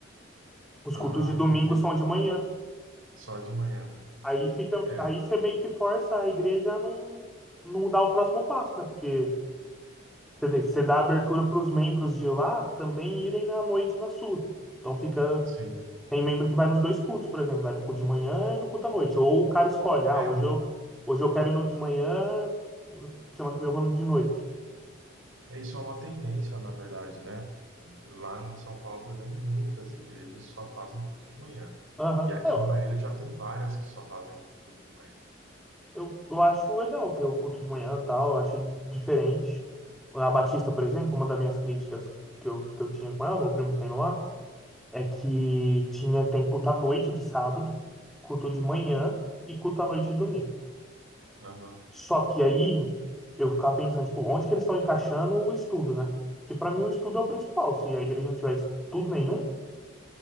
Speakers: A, in the centre; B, on the right.
A: Os
B: Ah,
A: cultos de domingo
B: entendi.
A: são de manhã.
B: Só de manhã.
A: Aí fica,
B: É,
A: aí você meio que força a igreja a não, não dar o próximo passo, né? Porque você vê, você dá abertura para os membros de lá também irem à noite na sua. Então fica,
B: sim.
A: tem membro que vai nos dois cultos, por exemplo, vai no culto de manhã e no culto à noite. Ou o cara escolhe, ah,
B: É,
A: hoje
B: um.
A: eu, hoje eu quero ir no de manhã, semana que vem eu vou no de noite.
B: É, Isso é uma tendência, na verdade, né? Lá em São Paulo, por exemplo, muitas igrejas só fazem culto de manhã.
A: Aham.
B: E aqui
A: É,
B: em Marília já tem várias que só fazem culto de manhã.
A: Eu, eu acho legal ter o culto de manhã e tal, eu acho diferente. A Batista, por exemplo, uma das minhas críticas que eu, que eu tinha com ela, meu primo tá indo lá, é que tinha, tem culto à noite de sábado, culto de manhã e culto à noite de domingo.
B: Aham.
A: Só que aí eu ficava pensando, tipo, onde que eles estão encaixando o estudo, né? Que pra mim o estudo é o principal. Se a igreja não tiver estudo nenhum,